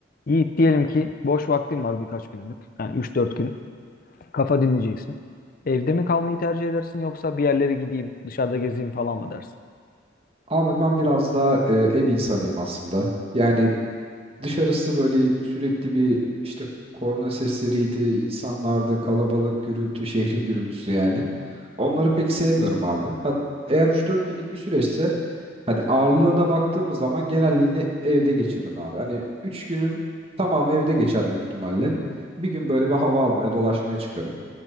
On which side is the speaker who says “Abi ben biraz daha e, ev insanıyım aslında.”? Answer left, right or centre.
Right